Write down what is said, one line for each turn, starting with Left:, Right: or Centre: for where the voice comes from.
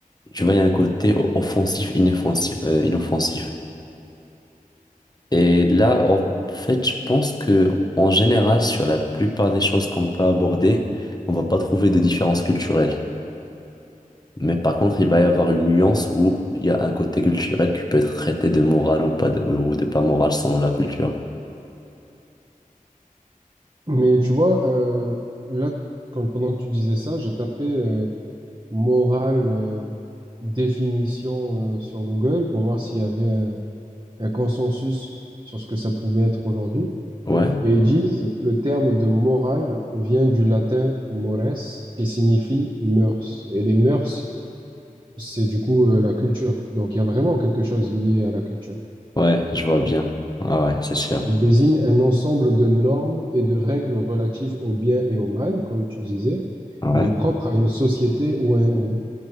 Left: tu vois, il y a un côté o- offensif, inoffensif, euh, inoffensif. Et là, en fait, je pense que en général, sur la plupart des choses qu'on peut aborder, on va pas trouver de différence culturelle. Mais par contre, il va y avoir une nuance où il y a un côté culturel qui peut être traité de moral ou pas de, ou de pas moral selon la culture.
Right: Mais tu vois, euh, là, quand, pendant que tu disais ça, j'ai tapé euh, morale, euh, définition, euh, sur Google pour voir s'il y avait un, un consensus sur ce que ça pouvait être aujourd'hui.
Left: Ouais,
Right: Et ils disent, le terme de morale vient du latin mores, qui signifie mœurs. Et les mœurs, c'est du coup euh, la culture. Donc il y a vraiment quelque chose lié à la culture.
Left: ouais, je vois bien. Ah ouais, c'est sûr.
Right: Elle désigne un ensemble de normes et de règles relatives au bien et au mal, comme tu disais,
Left: Ouais.
Right: mais propres à une société ou à un groupe.